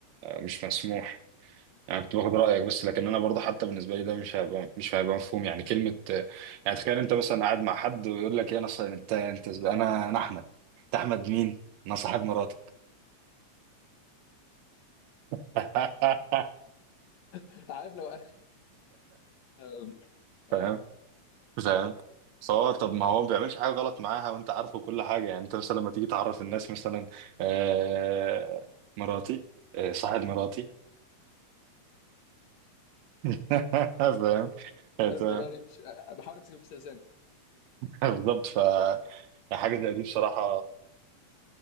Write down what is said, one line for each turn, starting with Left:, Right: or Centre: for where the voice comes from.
Right: مش مسموح انا كنت باخد رايك بس لكن انا برضه حتى بالنسبه لي ده مش هيبقى مش هيبقى مفهوم يعني كلمه يعني تخيل انت مثلا قاعد مع حد ويقول لك يا نص انت انت انا انا احمد انت احمد مين؟ انا صاحب مراتك <laughs>
Left: <laughs> عارف لو آه، آه،
Right: فاهم؟
Left: آه،
Right: فاهم فهو طب ما هو ما بيعملش حاجه غلط معاها وانت عارفه كل حاجه يعني انت مثلا لما تيجي تعرف الناس مثلا آه مراتي آه صاحب مراتي <laughs> فاهم <laughs>
Left: يعني مش باحاول أمسك نفسي بلساني.
Right: بالظبط فحاجه زي دي بصراحه